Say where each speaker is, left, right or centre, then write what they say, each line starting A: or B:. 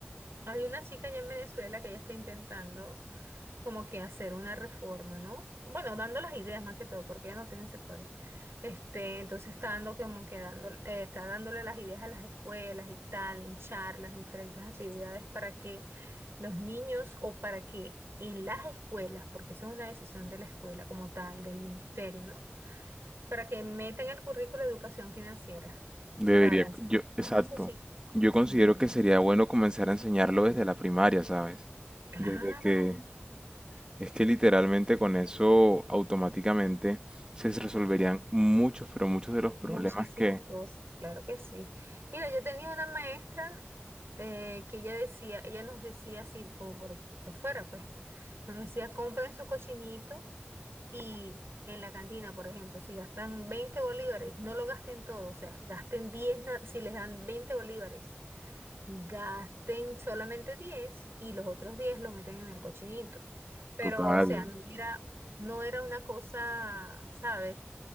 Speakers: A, on the right; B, on the right.
A: hay una chica allá en Venezuela que ya está intentando como que hacer una reforma, ¿no? Bueno, dando las ideas más que todo, porque ella no tiene ese poder. Este, entonces está dando como que dando, eh, está dándole las ideas a las escuelas y tal, en charlas, diferentes actividades para que los niños o para que en las escuelas, porque eso es una decisión de la escuela como tal, del ministerio, ¿no? Para que metan el currículo de educación financiera
B: Debería,
A: para enseñar
B: yo,
A: a
B: exacto.
A: los muchachitos
B: Yo considero
A: Ujú.
B: que sería bueno comenzar a enseñarlo desde la primaria, ¿sabes?
A: Claro,
B: Desde que, Es que literalmente con eso automáticamente se resolverían muchos, pero muchos de los problemas
A: muchísimas
B: que,
A: cosas, claro que sí. Mira, yo tenía una maestra eh, que ella decía, ella nos decía así como por, por fuera, pues, nos decía, compren su cochinito y en la cantina, por ejemplo, si gastan 20 bolívares, no lo gasten todo, o sea, gasten 10 na- si les dan 20 bolívares, gasten solamente 10 y los otros 10 lo meten en el cochinito. Pero,
B: total,
A: o sea, no era, no era una cosa, ¿sabes?